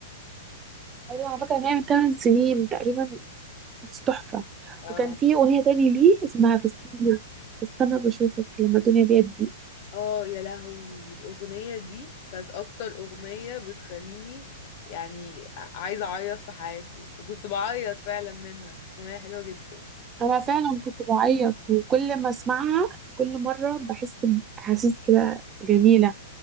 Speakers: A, on the right; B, on the left.
A: ايوه انا فاكره ان هي من 8 سنين تقريبا بس تحفه
B: اه
A: وكان في اغنيه تاني ليه اسمها في السنه في السنه بشوفك لما الدنيا بيضيق
B: اه يا لهوي الأغنية دي كانت أكتر أغنية بتخليني يعني ع- عايزة أعيط في حياتي وكنت بعيط فعلا منها أغنية حلوة جدا
A: انا فعلا كنت بعيط وكل ما اسمعها كل مره بحس باحاسيس كده جميله